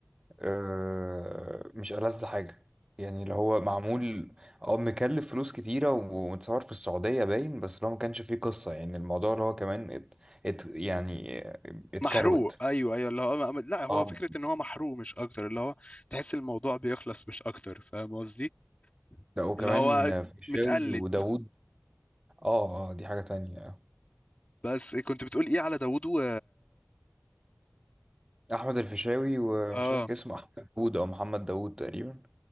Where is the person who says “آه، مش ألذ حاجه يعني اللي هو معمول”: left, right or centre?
Right